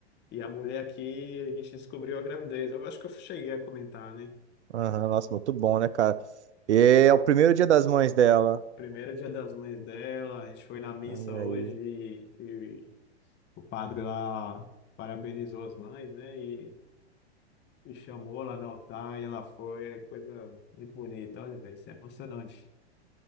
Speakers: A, on the left; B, on the right.
A: e a mulher aqui, a gente descobriu a gravidez. Eu acho que eu cheguei a comentar, né?
B: Aham, nossa, muito bom, né, cara? E é o primeiro dia das mães dela.
A: Primeiro dia das mães dela, a gente foi na missa
B: E
A: hoje
B: aí?
A: e, e o padre lá parabenizou as mães, né? E, e chamou lá no altar e ela foi, é coisa muito bonita, olha, velho, isso é emocionante.